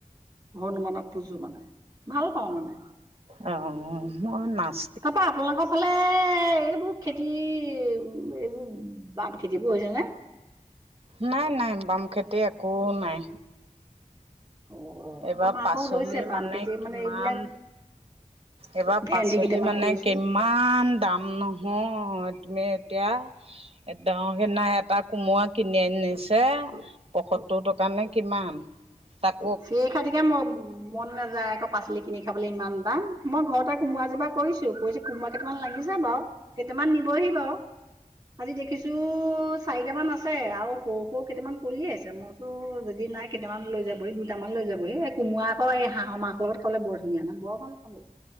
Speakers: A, on the right; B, on the right.
A: হনুমানক পূজো মানে, ভাল পাওঁ মানে।
B: আও মই নাচ
A: কাপাপ আপোনাকৰ ফালে এইবোৰ খেতি এইবোৰ বাপ খেতিবোৰ হৈছেনে?
B: নাই নাই বাম খেতি একো নাই।
A: অ
B: এইবাৰ
A: আমাৰ
B: পাচলি
A: আকৌ হৈছে বাম
B: মানে
A: খেতি
B: কিমান
A: এইবিলাক
B: এইবাৰ
A: ভেন্দি
B: পাচলি
A: কেইটামান
B: মানে
A: কৰিছো
B: কিম ইমান দাম নহয়, তুমি এতিয়া এডাঙৰ সিনা এটা কোমোৰা কিনি আনিছে পয়সতৰ টকা নে কিমান তাক
A: চি খাটিকে মই মন নাযায় একপ পাচলি কিনি খাবলৈ ইমান দাম, মই ঘৰতে কোমোৰা জোপা কৰিছো কৰি কোমোৰা কেইটামান লাগিছে বাৰু, কেইটামান নিবহি বাৰু। আজি দেখিছো চাৰিটামান আছে আৰু সৰু সৰু কেইটামান কৰিয়ে আছে মোৰ ত যদি নাই কেইটামান লৈ যাবহি কেইটান লৈ যাব সি এই কোমৰা আকৌ এই হাঁৰ মাংস লগত খাবলে বৰ ধুনীয়া ন বৰ ভাল <unintelligible>